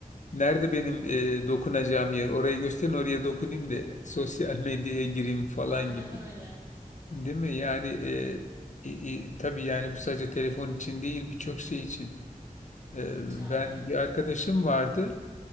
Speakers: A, on the left; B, on the right.
A: Nerede benim e, dokunacağım yer? Orayı gösterin oraya dokunayım da sosyal <laughs> medyaya gireyim falan
B: Aynen
A: gibi.
B: öyle.
A: Değil mi? Yani e, i- i- tabii yani bu sadece telefon için değil birçok şey için. E,
B: Geçerli.
A: ben bir arkadaşım
B: Hı hı.
A: vardı.